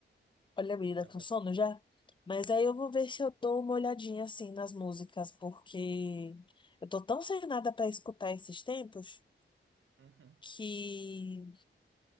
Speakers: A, on the left; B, on the right.
A: Olha, menina,
B: Dá
A: tá
B: pra.
A: com sono já? Mas aí eu vou ver se eu dou uma olhadinha assim nas músicas, porque eu tô tão sem nada pra escutar esses tempos
B: Uhum.
A: que.